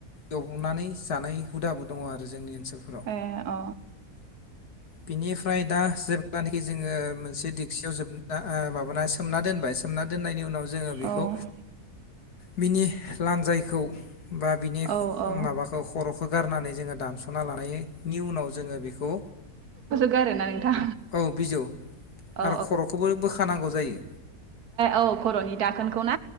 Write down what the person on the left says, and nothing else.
एवबनानै जानाय हुदाबो दङ आरो जोंनि ओनसोलफोराव
बिनिफ्राय दा जेब्लानाखि जोङो मोनसे दिगसियाव जोब माबाना सोमना दोनबाय सोमना दोननायनि उनाव जोङो बिखौ
बिनि लान्जायखौ बा बिनि
माबाखौ खरखौ गारनानै जोङो दानस ना लानाय नि उनाव जोङो बेखौ
औ बिजौ
आरो खर'खौबो बोखानांगौ जायो